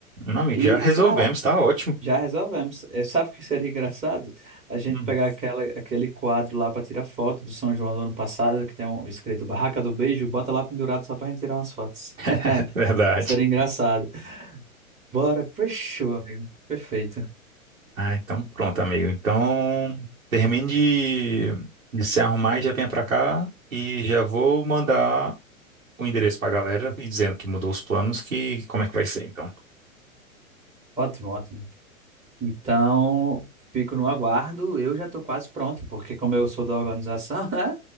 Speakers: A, on the right; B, on the right.
A: Meu amigo,
B: E,
A: já resolvemos,
B: cara,
A: tá ótimo.
B: já resolvemos. É, sabe o que seria engraçado? A gente
A: Hum,
B: pegar aquela, aquele quadro lá para tirar foto do São João do ano passado, que tem um escrito Barraca do Beijo, bota lá pendurado só pra gente tirar umas fotos. <laughs>
A: <laughs> verdade.
B: Seria engraçado. Bora, fechou, amigo. Perfeito.
A: Ah, então pronto, amigo. Então termine de, de se arrumar e já venha pra cá e já vou mandar o endereço pra galera e dizendo que mudou os planos, que como é que vai ser então.
B: Ótimo, ótimo. Então, fico no aguardo. Eu já tô quase pronto, porque como eu sou da organização, <laughs> né?